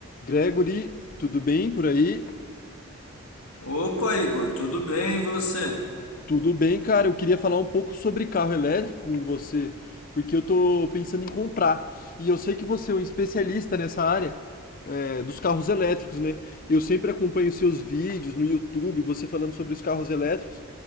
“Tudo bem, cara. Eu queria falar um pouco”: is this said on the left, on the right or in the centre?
Left